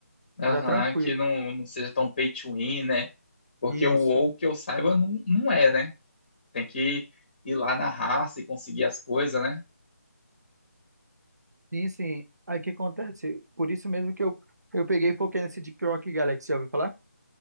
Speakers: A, on the left; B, on the right.
A: Aham,
B: Que tá tranquilo.
A: que não, não seja tão pay to win, né? Porque
B: Isso.
A: o WoW, que eu saiba, não, não é, né? Tem que ir lá na raça e conseguir as coisas, né?
B: Sim, sim. Aí o que acontece? Por isso mesmo que eu, eu peguei e foquei nesse Deep Rock Galaxy, já ouviu falar?